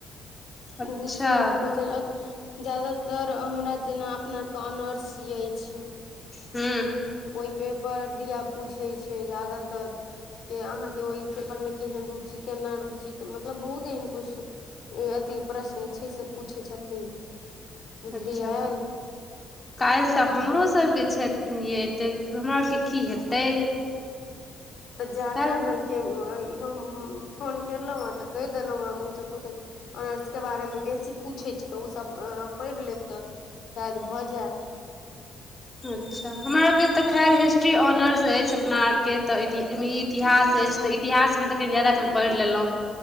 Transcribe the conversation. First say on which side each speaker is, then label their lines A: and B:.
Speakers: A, on the left; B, on the left.
A: अच्छा
B: बहुत से एन क जादातर हमरा जेना अपना आर के ऑनर्स अछि <unintelligible>
A: हू
B: ओहि पेपर धिया पूछै छै जादातर के अहाँके ओहि पेपर मे केहन रुचि केना रुचि के मतलब बहुत एहन कुछ अथी प्रश्न छै से पूछै छथिन बुझलियै
A: अच्छा काल्ह तऽ हमरो सबके छै यै तऽ हमरा आरके की हेतै
B: तऽ जा
A: काल्हि
B: कऽ अहाँके आ फोन कलहुँ हेँ तऽ कहि देलहुँ हेँ मुँह चको च ऑनर्सके बारेमे बेसी पूछै छी तऽ उसभ पढ़ि लेब तऽ शायद भऽ जायत <unintelligible>
A: अच्छा हमरा आरके खैर हिस्ट्री ऑनर्स ऐछ अपनार के इति इतिहास एछ ट इतिहास मे ते जादा क पढ़ि लेलहुँं